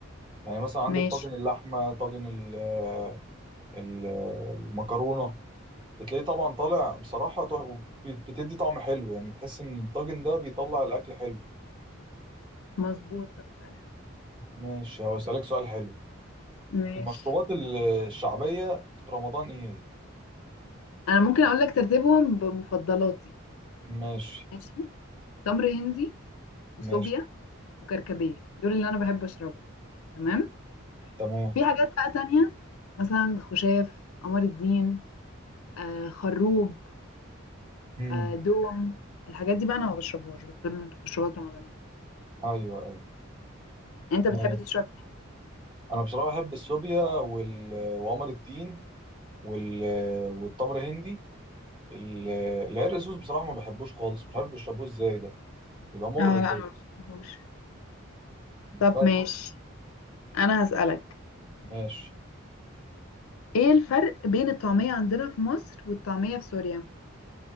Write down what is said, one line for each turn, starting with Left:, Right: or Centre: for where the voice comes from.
Right: يعني مثلا عندك
Left: ماشي
Right: طاجن اللحمه طاجن ال- آه، ال- آه، المكرونه بتلاقيه طبعا طالع بصراحه طع- بت- بتدي طعم حلو يعني تحس ان الطاجن ده بيطلع الاكل حلو
Left: مظبوط طب اسأل انت
Right: ماشي هو اسالك سؤال حلو
Left: ماشي
Right: المشروبات ال- الشعبيه في رمضان ايه
Left: انا ممكن اقول لك ترتيبهم بمفضلاتي
Right: ماشي
Left: ماشي تمر هندي وصوبيا
Right: ماشي
Left: وكركديه دول اللي انا بحب اشربهم تمام
Right: تمام
Left: في حاجات بقى تانية مثلا خشاف قمر الدين آه خروب
Right: هم.
Left: آه دوم الحاجات دي بقى انا ما بشربهاش بس دول مشروبات رمضانية
Right: ايوه
Left: انت بتحب
Right: ايوه
Left: تشرب
Right: انا بصراحه بحب السوبيا وال... وقمر الدين وال... والتمر هندي ال- العرق سوس بصراحه ما بحبوش خالص مش عارف بيشربوه ازاي ده بيبقى مر
Left: اه لا
Right: كده
Left: انا ما بشوفوش طب
Right: بس
Left: ماشي انا هسألك
Right: ماشي
Left: ايه الفرق بين الطعمية عندنا في مصر والطعمية في سوريا